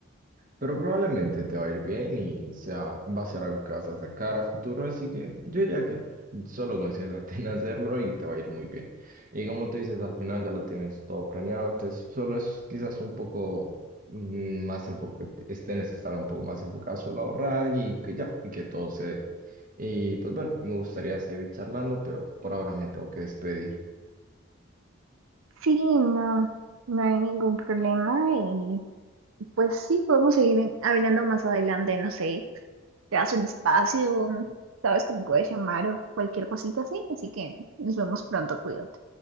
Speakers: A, on the right; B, on the right.
A: Pero probablemente te va a ir bien y sea, va a ser algo que vas a sacar a futuro, así que yo diría que solo concéntrate <laughs> en hacerlo y te va a ir muy bien. Y como tú dices, al final ya lo tienes todo planeado, entonces solo es quizás un poco mm, más enfocado, tienes que estar un poco más enfocado solo a ahorrar y que ya, y que todo se dé. Y pues bueno, me gustaría seguir charlando, pero por ahora me tengo que despedir.
B: Sí, no, no hay ningún problema y pues sí, podemos seguir en- hablando más adelante, no sé, te das un espacio, sabes que me puedes llamar o cualquier cosita así, así que nos vemos pronto, cuídate.